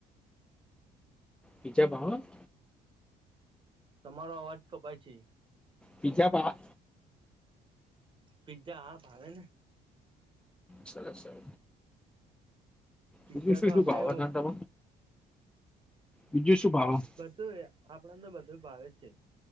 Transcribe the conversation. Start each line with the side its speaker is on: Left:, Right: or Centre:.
Centre: પીજ્જા ભાવ
Right: તમારો અવાજ કપાય છે.
Centre: પીજા પા
Right: પીત્ઝા હા ભાવે ને.
Centre: સરસ સરસ
Right: પીઝા
Centre: બીજુ શું
Right: તો
Centre: શું
Right: આપડે
Centre: ભાવા તન તમ બીજું શું ભાવ?
Right: બધું આપણે તો બધું ભાવે જ છે.